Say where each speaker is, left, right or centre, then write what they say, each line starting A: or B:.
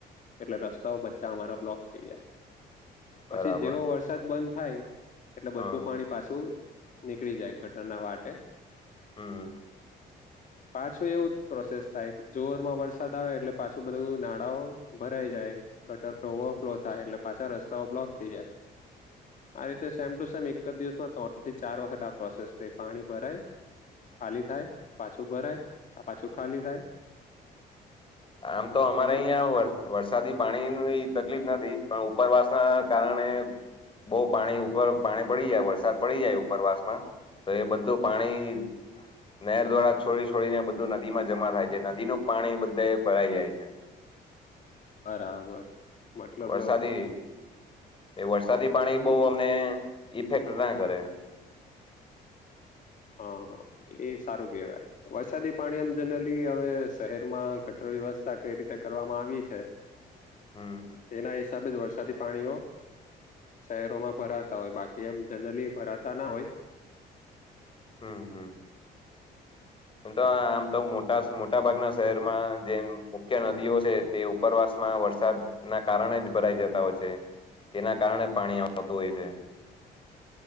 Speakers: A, on the left; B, on the left.
A: એટલે રસ્તાઓ બધા અમારા બ્લોક થઈ જાય
B: બરાબર
A: પછી જેવો વરસાદ બંધ થાય એટલે બધું
B: હા
A: પાણી પાછું નીકળી જાય ગટર ના વાટે
B: હમ્મ
A: પાછું એવું જ પ્રોસેસ થાય જોરમાં વરસાદ આવે એટલે પાછું બધું નાડા ઓ. ભરાઈ જાય ગટર ઓવરફ્લો
B: હમ.
A: થાય એટલે પાછા રસ્તાઓ બ્લોક થઈ જાય. આ રીતે સેમ ટુ સેમ એક જ દિવસમાં ત્રણ થી ચાર વખત આ પ્રોસેસ થઈ પાણી ભરાય ખાલી થાય પાછું ભરાય પાછું ખાલી થાય
B: આમ તો અમારે
A: એટલે
B: અહીંયા વરસ વરસાદી પાણીની તકલીફ નથી પણ ઉપરવાસ ના કારણે બહુ પાણી ઉપર પાણી પડી જાય વરસાદ પડી જાય ઉપરવાસ માં. તો એ બધું પાણી નહેર દ્વારા છોડી છોડીને બધું નદીમાં જમા થાય છે નદીનું પાણી બધે ભરાઈ જાય છે.
A: બરાબર મતલબ
B: વરસાદી એ વરસાદી પાણી બઉ અમને ઈફેક્ટ ના કરે
A: હા હા એ સારું કેવારે વરસાદી પાણી એમ જનરલી હવે શહેરમાં ગટર વ્યવસ્થા કઈ રીતે કરવામાં આવી છે
B: હમ્મ
A: એના હિસાબે જ વરસાદી પાણીઓ શહેરોમાં ભરાતા હોય બાકી એમ જનરલી ભરાતા ના હોય
B: હમ્મ હમ્મ તો આમ તો મોટા મોટા ભાગના શહેરમાં જે મુખ્ય નદીઓ છે તે ઉપરવાસ માં વરસાદ ના કારણે જ ભરાઈ જતા હોય છે તેના કારણે પાણી આવતું હોય છે